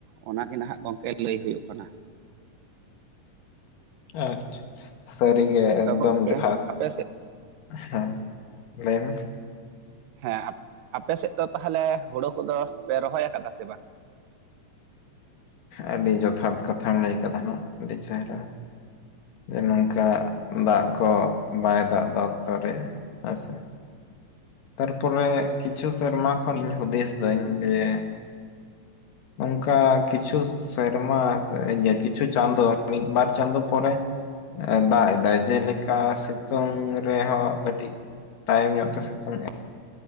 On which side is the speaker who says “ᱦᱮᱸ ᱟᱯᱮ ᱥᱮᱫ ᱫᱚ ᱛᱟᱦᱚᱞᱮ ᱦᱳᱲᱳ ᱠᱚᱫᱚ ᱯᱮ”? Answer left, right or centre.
Right